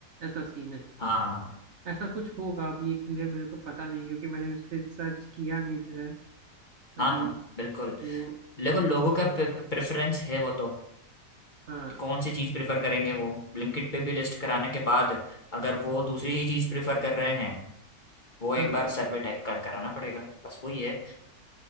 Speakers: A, on the right; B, on the left.
A: ऐसा सीन है
B: हाँ
A: ऐसा कुछ होगा अब ये क्लियर मेरे को पता नहीं क्योंकि मैंने इस पे सर्च किया नहीं रिसर्च अभी
B: हाँ हाँ बिल्कुल
A: तो
B: देखो लोगों का प्रेफरेंस है वो तो
A: हाँ
B: कौन सी चीज प्रेफर करेंगे वो ब्लिंकिट पे भी लिस्ट कराने के बाद अगर वो दूसरी ही चीज प्रेफर कर रहे हैं वो एक
A: हाँ हाँ
B: बार सर्वे टाइप का कराना पड़ेगा बस वही है